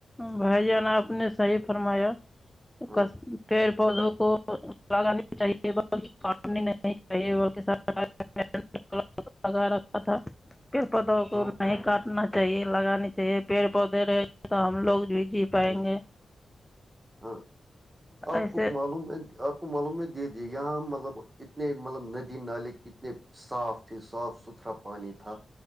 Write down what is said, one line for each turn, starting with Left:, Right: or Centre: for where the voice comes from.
Centre: بھائی جان آپ نے صحیح فرمایا
Right: ہاں
Centre: ک پیڑ پودوں کو چاہیے چاہیے <unintelligible> لگا ر <unintelligible> ا تھا پپت ہو کو
Right: ہاں
Centre: <unintelligible> نہیں کاٹنا چاہیے لگانی چاہیے پیڑ پودے رہے گ تو ہم لوگ بھی جی پائیں
Right: صحیح
Centre: گے
Right: ہاں
Centre: ایسے
Right: آپ کو معلوم ہے آپ کو ملوم میں دے دیے یہاں مطلب اتنے مطلب ندی نالے کتنے صاف تھی صاف ستھرا پانی تھا تھا